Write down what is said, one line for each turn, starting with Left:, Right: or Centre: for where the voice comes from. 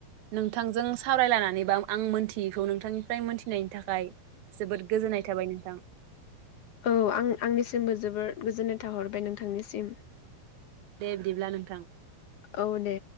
Right: नोंथांजों सावरायलनानै बा आं मोनथियैखौ नोंथांनिफ्राय मोनथिनायनि थाखाय जोबोद गोजोननाय थाबाय नोंथां
Left: औ आं आंनिसिमबो जोबोर गोजोननाय थाहरबाय नोंथांनिसिम।
Right: दे बिदिब्ला नोंथां
Left: औ दे